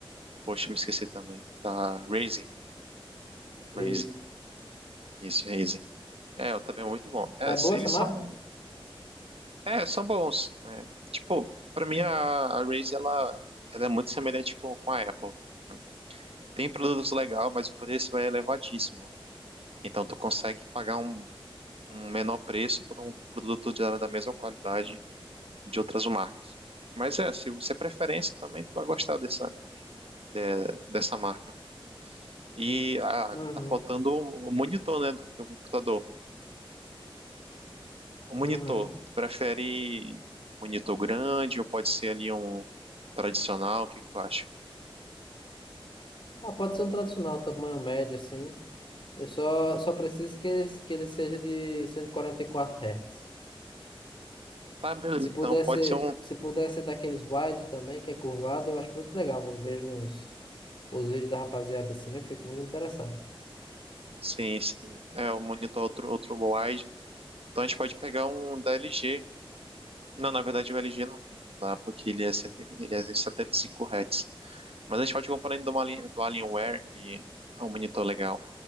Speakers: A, on the right; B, on the left.
A: Poxa, me esqueci também. Da Razer.
B: Isso.
A: Razer. Isso, Razer. É, eu também é muito bom. É,
B: É boa
A: eles
B: essa marca?
A: são É, são bons, né? Tipo, pra mim a, a Razer, ela, ela é muito semelhante com, com a Apple, né? Tem produtos legais, mas o preço é elevadíssimo. Então tu consegue pagar um, um menor preço por um produto de, da mesma qualidade de outras marcas. Mas é, se você é preferência também, tu vai gostar dessa, de- dessa marca. E ah,
B: Uhum,
A: tá faltando o o monitor, né, do teu computador. O monitor,
B: uhum.
A: tu prefere monitor grande ou pode ser ali um tradicional? O que que tu acha?
B: Ah, pode ser um tradicional, tamanho médio assim. Eu só, só preciso que ele, que ele seja de cento e e quarenta e quatro Hz.
A: Tá, beleza.
B: Se pudesse,
A: Então, pode ser um.
B: se pudesse daqueles wide também, que é curvado, eu acho muito legal. Eu vejo nos, os vídeos da rapaziada assim, eu fico muito interessado.
A: Sim, sim. É, o monitor outro, outro wide. Então, a gente pode pegar um da LG. Não, na verdade, o LG não dá, porque ele é, 70 ele é 75 Hz. Mas a gente pode comprar ainda uma linha do Alienware, que é um monitor legal,